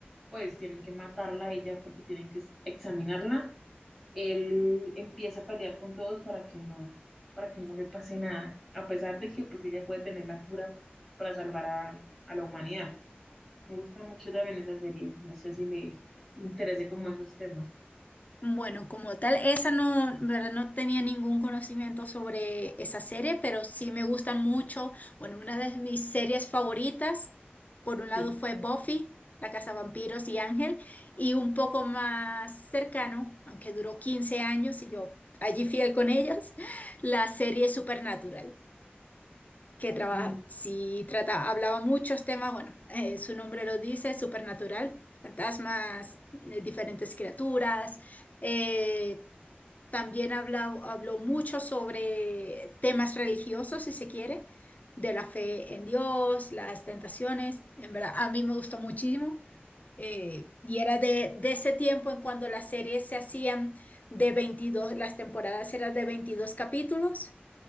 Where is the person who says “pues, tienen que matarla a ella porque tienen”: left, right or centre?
Centre